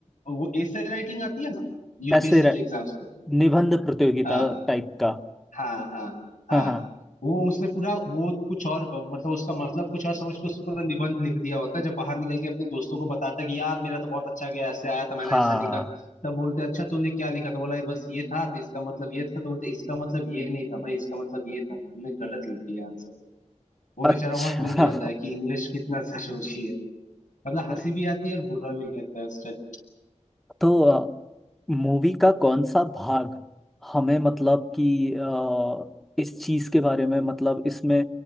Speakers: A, on the left; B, in the centre.
A: वो एसे राइटिंग आती है ना यूपीएससी
B: ऐसे रह,
A: के एग्जाम्स पे
B: निबंध प्रतियोगिता
A: हाँ,
B: टाइप का
A: हाँ हाँ
B: हाँ
A: हाँ
B: हाँ
A: वो उसने पूरा वो कुछ और मतलब उसका मतलब कुछ और समझ के उसने पूरा निबंध लिख दिया होता है जब बाहर निकल के अपने दोस्तों को बताता है कि यार मेरा तो बहुत अच्छा गया ऐसे आया था मैंने
B: हाँ
A: ऐसा लिखा तब बोलते अच्छा तूने क्या लिखा तो बोला बस ये था तो इसका मतलब ये था तो बोलते इसका मतलब ये नहीं था भाई इसका मतलब ये था तुमने गलत लिख दिया आंसर वो
B: अच्छा
A: बेचारा वहां टूट जाता है कि इंग्लिश कितना जरूरी है मतलब
B: <laughs>
A: हंसी
B: अरे
A: भी आती है और बुरा भी लगता है उस टाइम
B: तो मूवी का कौन सा भाग हमें मतलब कि अ, इस चीज के बारे में मतलब इसमें